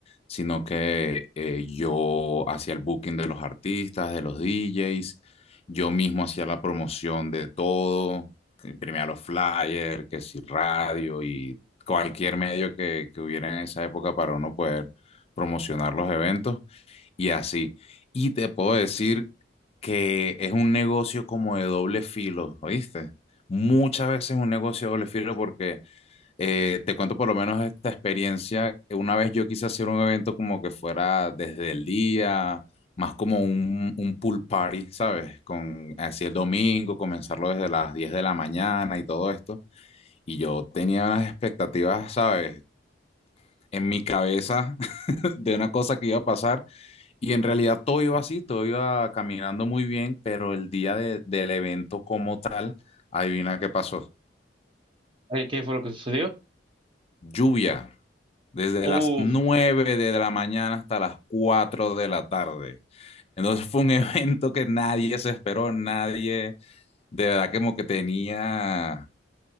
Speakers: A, on the left; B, on the right.
A: sino que eh, yo hacía el booking de los artistas, de los DJs, yo mismo hacía la promoción de todo, imprimía los flyers, que si radio y cualquier medio que, que hubiera en esa época para uno poder promocionar los eventos y así. Y te puedo decir que es un negocio como de doble filo, ¿oíste? Muchas veces es un negocio de doble filo porque eh, te cuento por lo menos esta experiencia. Una vez yo quise hacer un evento como que fuera desde el día, más como un, un pool party, ¿sabes? Con así el domingo, comenzarlo desde las 10 de la mañana y todo esto. Y yo tenía unas expectativas, ¿sabes? En mi cabeza de una cosa que iba a pasar. Y en realidad todo iba así, todo iba caminando muy bien, pero el día de- del evento como tal, adivina qué pasó.
B: Eh, ¿Qué fue lo que sucedió?
A: Lluvia, desde
B: Uf,
A: las 9 de la mañana hasta las 4 de la tarde. Entonces fue un <laughs> evento que nadie se esperó, nadie de verdad como que tenía